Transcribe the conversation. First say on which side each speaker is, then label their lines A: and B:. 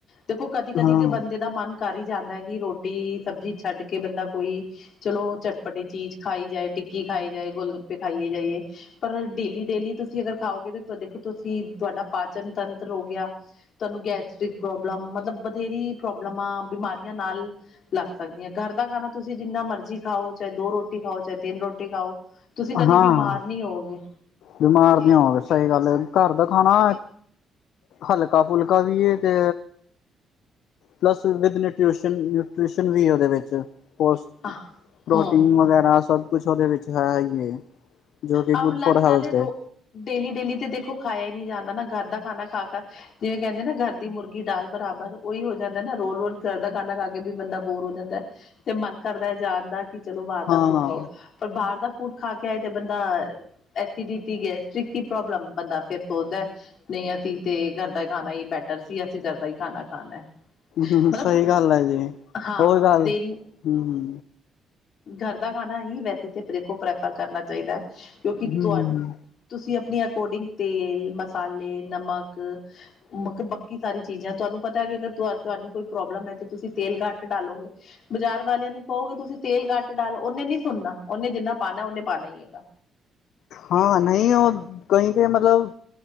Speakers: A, on the left; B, on the left.
A: ਦੇਖੋ ਕਦੀ- ਕਦੀ
B: ਹਾਂ,
A: ਤੇ ਬੰਦੇ ਦਾ ਮਨ ਕਰ ਹੀ ਜਾਂਦਾ ਹੈ ਕਿ ਰੋਟੀ- ਸਬਜ਼ੀ ਛੱਡ ਕੇ ਬੰਦਾ ਕੋਈ ਚਲੋ, ਚਟਪਟੇ ਚੀਜ਼ ਖਾਈ ਜਾਏ, ਟਿੱਕੀ ਖਾਈ ਜਾਏ, ਗੋਲ ਗੱਪੇ ਖਾਈਏ ਜਾਈਏ। ਪਰ ਡੇਲੀ- ਡੇਲੀ ਤੁਸੀਂ ਅਗਰ ਖਾਓਗੇ ਦੇਖੋ ਤੁਸੀਂ, ਤੁਹਾਡਾ ਪਾਚਨ ਤੰਤਰ ਹੋ ਗਿਆ। ਤੁਹਾਨੂੰ ਗੈਸਟ੍ਰਿਕ ਪ੍ਰੋਬਲਮ ਮਤਲਬ ਬਥੇਰੀ ਪ੍ਰੋਬਲਮਾਂ ਬਿਮਾਰੀਆਂ ਨਾਲ ਲੱਗ ਸਕਦੀਆਂ। ਘਰ ਦਾ ਖਾਣਾ ਤੁਸੀਂ ਜਿੰਨਾ ਮਰਜ਼ੀ ਖਾਓ ਚਾਹੇ ਦੋ ਰੋਟੀ ਦੋ ਰੋਟੀ ਖਾਓ, ਚਾਹੇ ਤਿੰਨ ਰੋਟੀ ਖਾਓ। ਤੁਸੀਂ ਕਦੇ
B: ਹਾਂ।
A: ਬਿਮਾਰ ਨਹੀਂ ਹੋਗੇ।
B: ਬਿਮਾਰ ਨੀ ਹੋਵੇ, ਸਹੀ ਗੱਲ। ਘਰ ਦਾ ਖਾਣਾ। ਹਲਕਾ- ਫੁਲਕਾ ਵੀ ਤੇ ਪਲੱਸ ਵਿਦ ਨਿਸ਼ਨ ਨਿਊਟ੍ਰਸ਼ਨ ਵੀ ਉਹਦੇ ਵਿੱਚ ਪ੍ਰੋਟੀਨ
A: ਹਾਂ ਹਮ
B: ਵਗੈਰਾ ਸਭ ਕੁਛ ਉਹਦੇ ਵਿੱਚ ਹੈ ਹੈ ਹੀਏ। ਜੋ ਕਿ
A: ਆਹ
B: ਗੁਡ ਫੋਰ
A: ਨਾਲੇ
B: ਹੈਲਥ
A: ਰੋ
B: ਹੈ।
A: ਡੇਲੀ- ਡੇਲੀ ਤੇ ਦੇਖੋ ਖਾਇਆ ਹੀ ਨਹੀਂ ਜਾਂਦਾ ਨਾ। ਘਰ ਦਾ ਖਾਣਾ ਖਾ ਕਰ ਜਿਵੇਂ ਕਹਿੰਦੇ ਨਾ, ਘਰ ਦੀ ਮੁਰਗੀ ਡਾਲ ਬਰਾਬਰ ਉਹੀ ਹੋ ਜਾਂਦਾ ਨਾ ਰੋਜ਼ -ਰੋਜ਼ ਘਰ ਦਾ ਖਾਨਾ ਕਰਕੇ ਵੀ ਬੰਦਾ ਬੋਰ ਹੋ ਜਾਂਦਾ। ਤੇ ਮਨ ਕਰਦਾ ਹੈ ਜਾਣ ਦਾ ਕਿ ਚਲੋ ਬਾਹਰ
B: ਹਾਂ
A: ਦਾ ਫੂਡ ਖਾਉ। ਪਰ ਬਾਹਰ ਦਾ ਫੂਡ ਖਾ ਕੇ ਆਏ ਤੇ ਬੰਦੇ ਐਸਿਡਿਟੀ, ਗੈਸਟ੍ਰਿਕ ਕੀ ਪ੍ਰੋਬਲਮ ਬੰਦਾ ਫਿਰ ਸੋਚਦਾ ਨਹੀਂ, ਅਸੀਂ ਤੇ ਘਰ ਦਾ ਹੀ ਖਾਣਾ ਹੀ ਬੈਟਰ ਸੀ, ਅਸੀਂ ਘਰ ਦਾ ਹੀ ਖਾਣਾ ਖਾਣਾ।
B: ਹੂੰ,
A: ਮਤਲਬ
B: ਸਹੀ ਗੱਲ ਹੈ ਜੀ
A: ਹਾਂ
B: ਹੋਰ ਗੱਲ
A: ਦਿਨ
B: ਹੂੰ
A: ਘਰ ਦਾ ਖਾਣਾ ਹੀ ਵੈਸੇ ਤਾਂ ਮੇਰੇ ਕੋਲ ਪ੍ਰੈਫਰ ਕਰਨਾ ਚਾਹੀਦਾ ਹੈ। ਕਿਉਂਕਿ
B: ਹੂੰ
A: ਤੁਹਾਡੇ ਤੁਸੀਂ ਆਪਣੀ ਅਕੋਰਡਿੰਗ ਤੇਲ, ਮਸਾਲੇ ਨਮਕ ਮ ਬਾਕੀ ਸਾਰੀ ਚੀਜ਼ਾਂ ਤੁਹਾਨੂੰ ਪਤਾ ਕਿ ਅਗਰ ਤੁਹਾਨੂੰ ਕੋਈ ਪ੍ਰੋਬਲਮ ਹੈ ਤੇ ਤੁਸੀਂ ਤੇਲ ਘੱਟ ਡਾਲੋਗੇ। ਬਾਜ਼ਾਰ ਵਾਲਿਆਂ ਨੂੰ ਕਹੋਗੇ ਤੁਸੀਂ ਤੇਲ ਕੱਟ ਡਾਲੋ, ਉਹਨੇ ਨੀ ਸੁਣਨਾ ਉਹਨੇ ਜਿੰਨਾ ਪਾਉਣਾ ਉਹਨੇ ਪਾਉਣਾ ਹੀ ਹੈਗਾ।
B: ਹਾਂ, ਨਹੀਂ ਉਹ ਕਹੀ ਕੇ ਮਤਲਬ